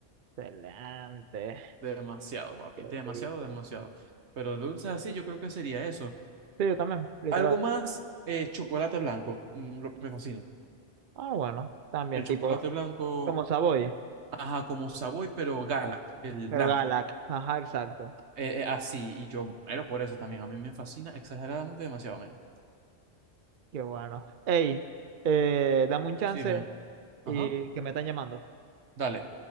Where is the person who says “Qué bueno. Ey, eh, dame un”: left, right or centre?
Right